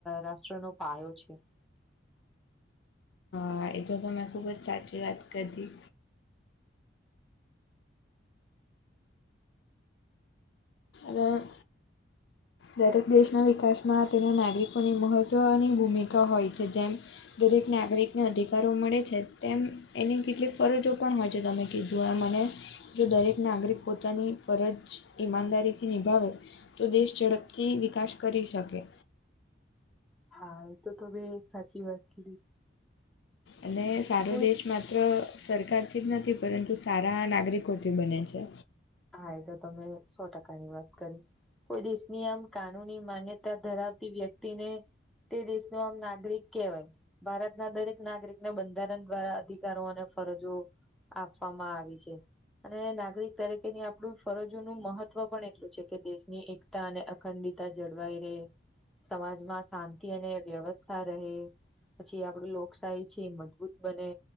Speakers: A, in the centre; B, on the left.
A: રાષ્ટ્રનો પાયો છે.
B: હા એ તો તમે ખૂબ જ સાચી વાત કરતી અને દરેક દેશના વિકાસમાં તેના નાગરિકોની મહત્ત્વની ભૂમિકા હોય છે જેમ દરેક નાગરિકને અધિકારો મળે છે તેમ એની કેટલીક ફરજો પણ હોય છે તમે કીધું એ મને જો દરેક નાગરિક પોતાની ફરજ ઈમાનદારીથી નિભાવે તો દેશ ઝડપ થી વિકાસ કરી શકે.
A: હા એ તો તમે સાચી વાત કીધી
B: અને સારો
A: કોઈ
B: દેશ માત્ર સરકારથી જ નથી પરંતુ સારા નાગરિકોથી બને છે.
A: હા એ તો તમે સો ટકા ની વાત કરી કોઈ દેશની આમ કાનૂની માન્ય ધરાવતી વ્યક્તિને તે દેશ ના આમ ના નાગરિક કહેવાય ભારત ના દરેક નાગરિકને બંધારણ દ્વારા અધિક કારો અને ફરજો આપવામાં આવી છે અને નાગરિક તરીકે કે આપણું ફરજોનું મહત્વ પણ એટલું છે કે દેશની એકતા અને અખંડતા જળવાઈ રહેે સમાજમાં શાંતિ અને વ્યવસ્થા રહે પછી આપડી લોકશાહી છે મજબૂત બને